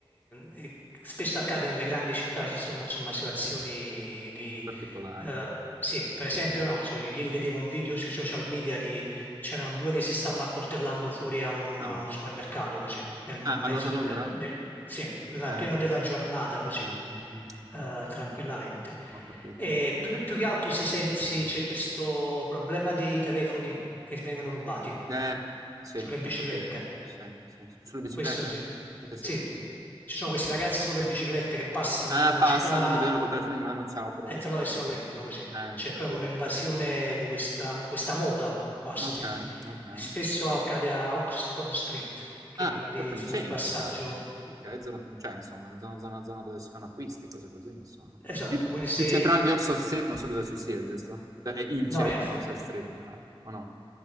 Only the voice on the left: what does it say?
eh, spesso accade nelle grandi città ci sono insomma situazioni di...
eh, sì, per esempio
no, so, ieri vedevo un video sui social media di... c'erano due che si stavano accoltellando fuori a un,
a un supermercato così, nel mezzo
del...
nel- sì, nella-
pieno della giornata così,
eh, tranquillamente.
E più, più che altro si sen- si- c'è questo problema dei telefoni che vengono rubati
sulle biciclette.
Questo sì, ma-
sì. ci sono questi ragazzi sulle biciclette che passano
a velocità
e te
lo, e se lo
prendono così.
C'è
proprio un'invasione
di questa, questa moda quasi.
Spesso accade a Oxford Street, che
è quella lì,
insomma,
di passaggio.
Esatto,
quindi se...
No,
infatti.